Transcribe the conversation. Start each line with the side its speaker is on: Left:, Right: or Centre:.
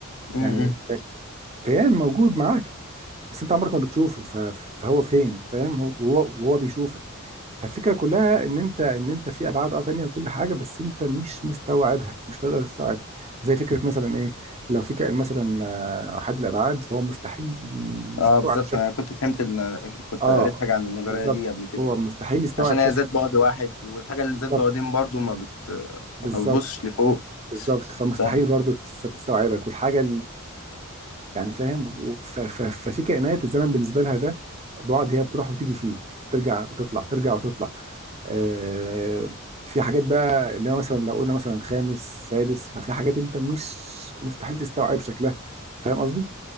Left: م-
Right: يعني
Left: م.
Right: كيان موجود معاك بس انت عمرك ما بتشوفه ف- فهو فين فاهم هو وهو وهو بيشوفك فالفكره كلها ان انت ان انت في ابعاد اه تانيه وكل حاجه بس انت مش مستوعبها مش هتقدر تستوعبها زي فكره مثلا ايه لو في كائن مثلا آه، احد الابعاد فهو مستحيل
Left: اه
Right: يستوعب
Left: بالظبط
Right: شكلي
Left: انا كنت فهمت ان كنت
Right: اه
Left: قريت حاجه عن النظريه
Right: بالظبط
Left: دي قبل كده
Right: هو مستحيل يستوعب
Left: عشان هي
Right: شكلي
Left: ذات بعد واحد والحاجة اللي
Right: بالظبط
Left: ذات بعدين برضو ما بت
Right: بالظبط
Left: ما بتبصش لفوق
Right: بالظبط فمستحيل
Left: فاهم-
Right: برضو تس- تستوعبك والحاجه يعني فاهم و- ف- ف- ففي كائنات الزمن بالنسبه لها ده بعد هي بتروح وتيجي فيه ترجع وتطلع ترجع وتطلع آه، في حاجات بقى اللي هو مثلا لو قلنا مثلا خامس سادس ففي حاجات انت مش مستحيل تستوعب شكلها فاهم قصدي؟